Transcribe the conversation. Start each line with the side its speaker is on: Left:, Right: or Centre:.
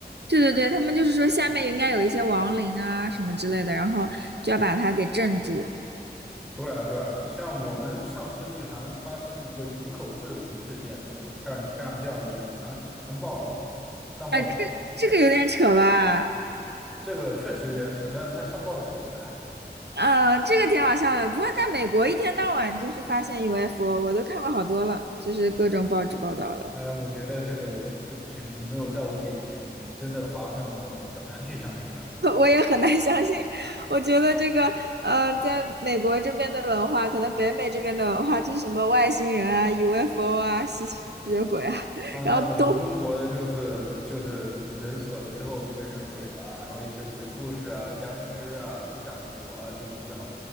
Right: 对对对，他们就是说下面应该有一些亡灵啊什么之类的，然后就要把它给镇住。
Centre: 对啊，对啊，像我们上世纪还发生了一个营口坠龙事件呢，说天上天上掉了个龙，还还报道了，上报纸，
Right: 啊，这这个有点扯吧？
Centre: 这个确实有点扯，但是他上报纸了。
Right: 呃，这个挺好笑的。不过在美国一天到晚就是发现 UFO，我都看过好多了，就是各种报纸报道的。
Centre: 呃，我觉得这个东西没有在我眼前真的发生，我很难去相信它。
Right: <laughs> 我也很难相信。我觉得这个，呃，在美国这边的文化，可能北美这边的文化就是什么外星人啊、UFO 啊、吸血鬼啊，
Centre: 啊，
Right: 然后都
Centre: 那我们中国的就是就是人死了之后就变成鬼了，然后一些鬼故事啊、僵尸啊、下蛊啊，就比较